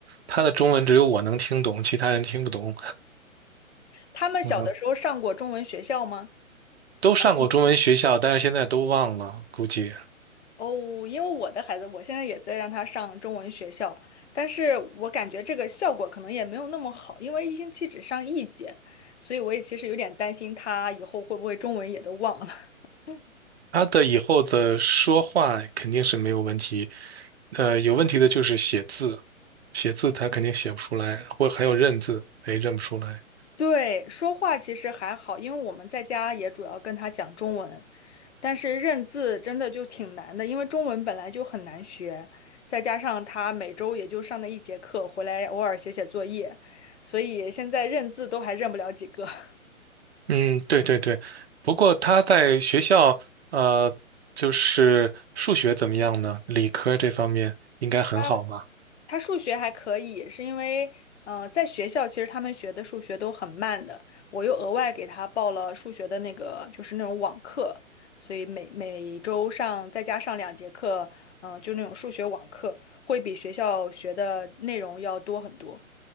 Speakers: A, on the right; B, on the left.
A: 他的中文只有我能听懂，其他人听不懂。
B: 他们小的时候上过中文学校吗？
A: 嗯。都上过中文学校，
B: 还是
A: 但是现在都忘了，估计
B: 哦，因为我的孩子，我现在也在让他上中文学校，但是我感觉这个效果可能也没有那么好，因为一星期只上一节，所以我也其实有点担心他以后会不会中文也都忘了。<laughs>
A: 他的以后的说话肯定是没有问题，呃，有问题的就是写字，写字他肯定写不出来，或还有认字，哎，认不出来。
B: 对，说话其实还好，因为我们在家也主要跟他讲中文。但是认字真的就挺难的，因为中文本来就很难学，再加上他每周也就上那一节课，回来偶尔写写作业，所以现在认字都还认不了几个。<laughs>
A: 嗯，对对对。不过他在学校，呃，就是数学怎么样呢？理科这方面应该很好吧？
B: 他他数学还可以，是因为，嗯，在学校其实他们学的数学都很慢的，我又额外给他报了数学的那个，就是那种网课，所以每每周上再加上两节课，嗯、就那种数学网课，会比学校学的内容要多很多。